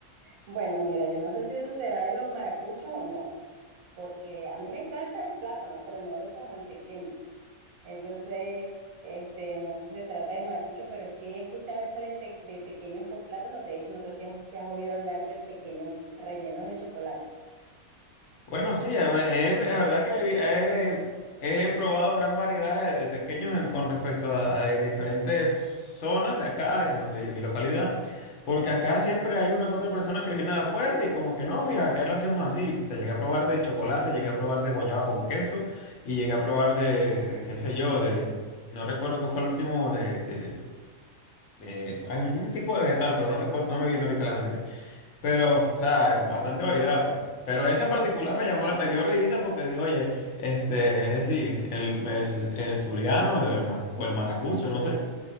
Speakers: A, on the right; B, on the left.
A: Bueno, mira, yo no sé si eso será de los maracuchos o no, porque a mí me encanta el plátano, pero no lo como en tequeño. Entonces, este, no sé si se trata de maracucho, pero sí he escuchado eso de, te- de tequeños con plátano. De hecho, no sé si has, si has oído hablar del tequeño relleno de chocolate.
B: Bueno, sí, a ve- es, ve- es verdad que he, he probado gran variedad de, de tequeños en- con respecto a, a- en diferentes zonas de acá, de donde yo, mi localidad, porque acá siempre hay una que otra persona que viene de afuera y como que no, mira, acá lo hacemos así. se llega a probar de chocolate, llegué a probar de guayaba con queso y llegué a probar de, de qué sé yo, de, no recuerdo qué fue el último, de, de, de- hay un, un tipo de vegetal, pero no recuerdo, no me viene ahorita a la mente. Pero, o sea, bastante variedad, pues. Pero ese en particular me llamó, la- me dio risa porque digo, oye, este, es decir, el, el, el zuliano o el, mara- o el maracucho, no sé,